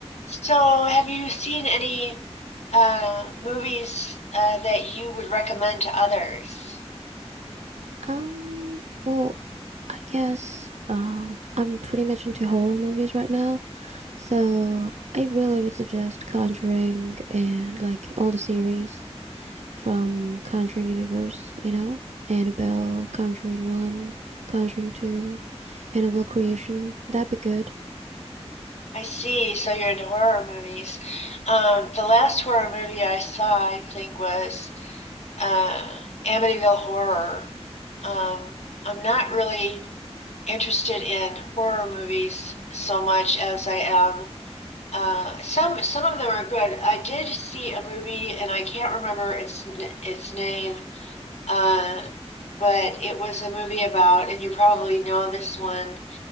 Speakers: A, on the left; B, on the right.
A: So, have you seen any uh, movies uh, that you would recommend to others?
B: Um, well, I guess um I'm pretty much into horror movies right now. So I really would suggest Conjuring and like all the series from Conjuring Universe, you know, Annabelle, Conjuring 1, Conjuring 2, Annabelle Creation. That'd be good.
A: I see. So you're into horror movies. Um, the last horror movie I saw, I think, was uh, Amityville Horror. Um, I'm not really interested in horror movies so much as I am. Uh, some some of them are good. I did see a movie, and I can't remember its n- its name. Uh, but it was a movie about, and you probably know this one.